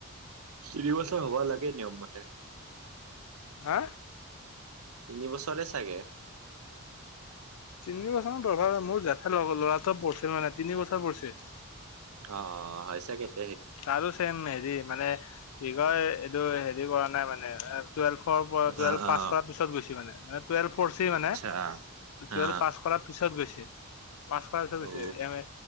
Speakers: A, on the right; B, on the left.
A: দুই বছৰ হ'ব লাগে নিয়ম মতে <unintelligible>
B: হা,
A: তিনি বছৰে চাগে
B: তিনি বছৰ মান পঢ়িব লাগিব, জেঠাই লৰা এটা পঢ়িছিল মানে, তিনি বছৰ পঢ়িছিল।
A: অ', হয় চাগে <inaudible>
B: তাৰো চেম হেৰি মানে বিষয় এইটো হেৰি কৰা নাই মানে টুৱেলভফৰ পৰা
A: অ
B: টুৱেল্ভ পাছ
A: অ
B: কৰাৰ পিছত গৈছে মানে মানে টুৱেল্ভ পঢ়ছি মানে
A: আচ্ছা
B: <unintelligible> টুৱেলৱ
A: অ
B: পাছ কৰাৰ পিছত গৈছে পাছ কৰাৰ পছৈ
A: ঔ
B: এম এ